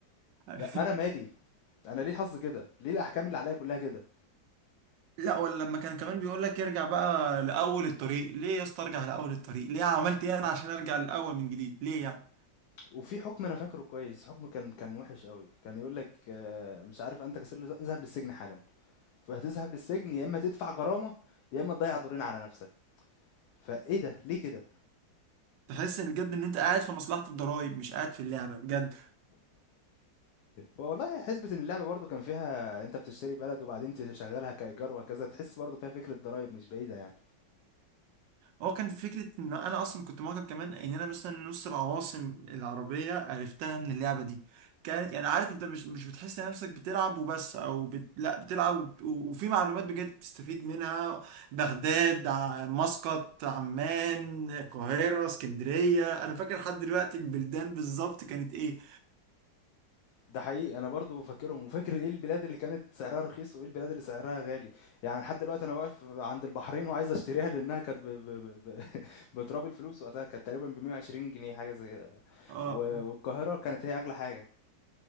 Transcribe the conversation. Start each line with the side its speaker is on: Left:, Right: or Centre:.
Right: <laughs>
Left: لا انا مالي انا ليه حظي كده ليه الاحكام اللي عليا كلها كده
Right: لا ولا لما كان كمان بيقول لك ارجع بقى لاول الطريق ليه يا اسطى ارجع لاول الطريق ليه عملت ايه انا عشان ارجع لاول من جديد ليه يعني
Left: وفي حكم انا فاكره كويس حكم كان كان وحش قوي كان يقول لك آه، مش عارف انت كسر الهزار اذهب للسجن حالا فهتذهب للسجن يا اما تدفع غرامه يا اما تضيع دورين على نفسك فايه ده ليه كده
Right: تحس ان بجد ان انت قاعد في مصلحة الضرايب مش قاعد في اللعبة بجد
Left: والله حسبة إن اللعبة برضه كان فيها أنت بتشتري بلد وبعدين تشغلها كإيجار وهكذا تحس برضه فيها فكرة ضرايب مش بعيدة يعني
Right: هو كان فكرة ان انا اصلا كنت معجب كمان ان انا مثلا نص العواصم العربية عرفتها من اللعبة دي كانت يعني عارف انت مش مش بتحس نفسك بتلعب وبس او بت... لا بتلعب وبت... وفي معلومات بجد تستفيد منها بغداد ع- مسقط عمان القاهرة اسكندرية انا فاكر لحد دلوقتي البلدان بالظبط كانت ايه
Left: ده حقيقي أنا برضه فاكرهم وفاكر إيه البلاد اللي كانت سعرها رخيص وإيه البلاد اللي سعرها غالي يعني لحد دلوقتي أنا واقف عند البحرين وعايز أشتريها لأنها كانت ب- ب- ب- <laughs> بتراب الفلوس وقتها كانت تقريبا ب 120 جنيه حاجة زي كده.
Right: اه
Left: و- والقاهرة كانت هي أغلى حاجة